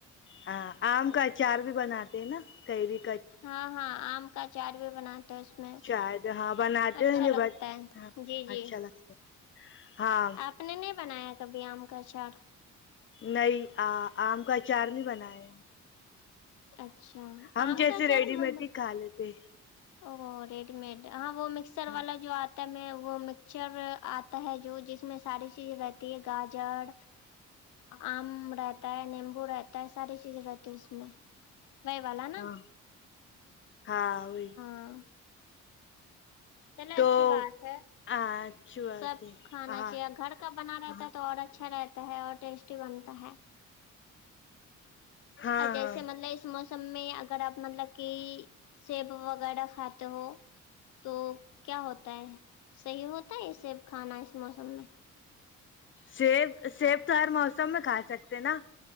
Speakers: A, on the left; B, on the left.
A: ہاں آم کا اچار بھی بناتے ہیں نا کہئی بھی
B: ہاں ہاں آم کا چاٹ بھی بناتے ہیں اس میں
A: شاید ہاں بناتے
B: اچھا
A: ہیں یہ
B: لگتا
A: ب
B: ہے
A: ہاں
B: جی جی
A: اچھا لگتا ہے۔ ہاں
B: آپ نے نہیں بنایا کبھی آم کا گچڑ
A: نہیں آم کا اچار نہیں بنایا ہم
B: اچھا
A: ہم
B: آم
A: جیسے
B: کا اچار
A: ریڈی
B: محمد
A: مڈ ہی کھا لیتے جی
B: او ریڈی مڈ ہاں وہ مکسر
A: ہاں
B: والا جو آتا میں وہ مکسچر آتا ہے جو جس میں ساری چیز رہتی ہے گاجر آم رہتا ہے نیمبو رہتا ہے ساری چیز رہتی ہے اس میں وہی والا نا
A: ہاں ہاں ا
B: ہاں چلو
A: تو
B: اچھی بات ہے
A: اچھی بات
B: سب
A: ہے
B: کھانا
A: ہاں
B: چاہیے گھر کا بنا
A: ہاں
B: رہتا ہے تو اور اچھا رہتا اور ٹیسٹی بنتا ہے
A: ہاں
B: اور جیسے
A: ہاں
B: مطلب اس سب میں اگر آپ مطلب کہ سیب وغیرہ کھاتے ہو تو کیا ہوتا ہے صحیح ہوتا ہے صے کھانا اس موسم میں
A: سیب سیب تو ہر موسم میں کھا سکتے نا